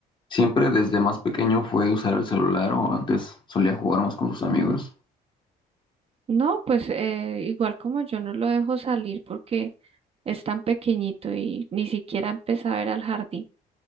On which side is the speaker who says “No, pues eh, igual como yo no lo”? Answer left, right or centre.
Right